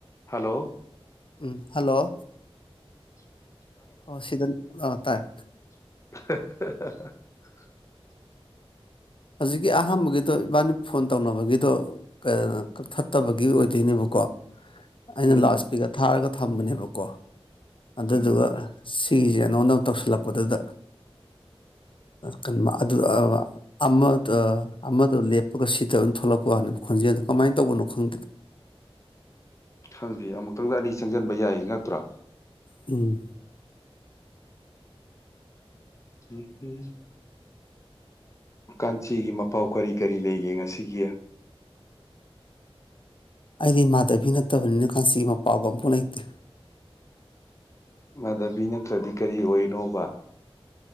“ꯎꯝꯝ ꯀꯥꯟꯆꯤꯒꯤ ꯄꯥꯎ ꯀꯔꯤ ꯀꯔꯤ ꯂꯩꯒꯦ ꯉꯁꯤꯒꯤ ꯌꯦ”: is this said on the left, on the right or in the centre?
Left